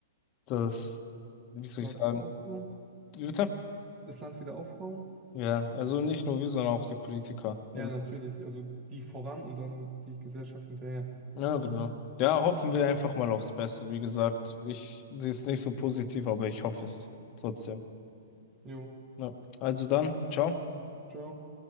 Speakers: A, on the left; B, on the right.
A: das, wie soll
B: Land
A: ich sagen,
B: wieder aufbauen?
A: Wie bitte?
B: Das Land wieder aufbauen?
A: Ja, also nicht nur wir, sondern auch die Politiker. Also,
B: Ja, natürlich. Also die voran und dann die Gesellschaft hinterher.
A: ja, genau. Ja, hoffen wir einfach mal aufs Beste. Wie gesagt, ich sehe es nicht so positiv, aber ich hoffe es trotzdem.
B: Jo,
A: Ja. Also dann, ciao.
B: ciao.